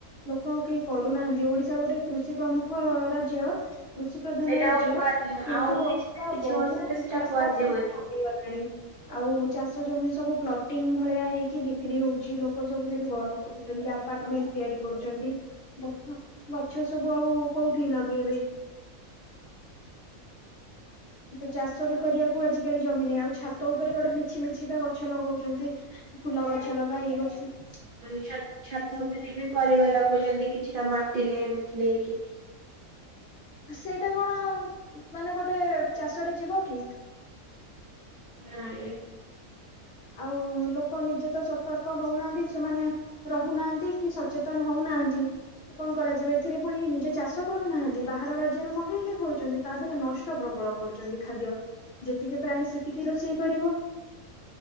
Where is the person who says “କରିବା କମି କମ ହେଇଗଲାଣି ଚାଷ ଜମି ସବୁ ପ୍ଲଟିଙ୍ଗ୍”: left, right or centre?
Left